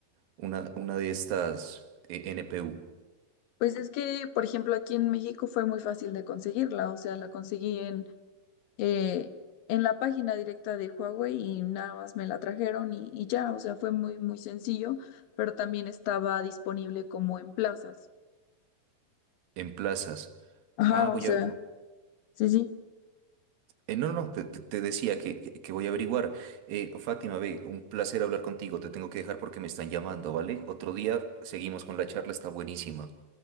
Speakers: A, on the right (about 90°); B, on the left (about 80°).
A: una, una de estas eh, NPU
B: Pues es que, por ejemplo, aquí en México fue muy fácil de conseguirla, o sea, la conseguí en eh, en la página directa de Huawei y nada más me la trajeron y, y ya, o sea, fue muy, muy sencillo, pero también estaba disponible como en plazas.
A: en plazas?
B: Ajá,
A: Ah, voy
B: o sea,
A: a,
B: sí, sí.
A: Eh, no, no, te, te- te decía que, que- que voy a averiguar. Eh, Fátima, ve, un placer hablar contigo. Te tengo que dejar porque me están llamando, ¿vale? Otro día seguimos con la charla, está buenísima.